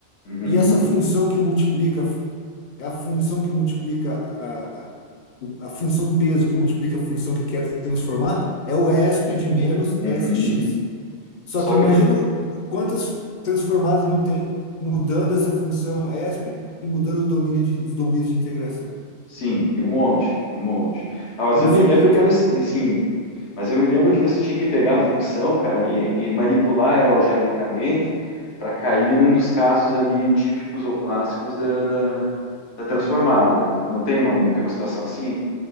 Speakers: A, on the left; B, on the left.
A: Uhum,
B: e essa função que multiplica É a função que multiplica a, o- a função peso que multiplica a função que quer transformar é o ESP de menos
A: uhum.
B: SX. Só
A: Só
B: que imagina
A: que, pro-
B: quantas transformadas não tem mudando essa função ESP e mudando o domínio de, os domínios de integração.
A: sim, tem um monte, um monte. Ah, mas eu
B: Infinito.
A: me lembro que era assim, sim, mas eu me lembro que você tinha que pegar a função, cara, e, e manipular ela algebricamente para cair num dos casos ali típicos ou clássicos da, da, da transformada. Não, não tem uma, não tem uma situação assim?